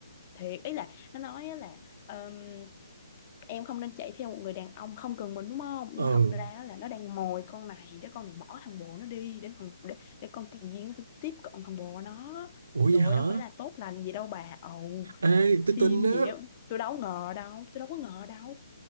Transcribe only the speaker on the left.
thiệt ý là nó nói á là ờm, em không nên chạy theo một người đàn ông không cần mình đúng không
nhưng mà thật ra là nó đang mồi con này để con này bỏ thằng bồ nó đi để thằng để, để con kỳ duyên nó tiếp cận thằng bồ nó
trời
ơi, đâu phải là tốt lành gì đâu bà ầu
phim
gì
á tôi đâu ngờ đâu tôi đâu có ngờ đâu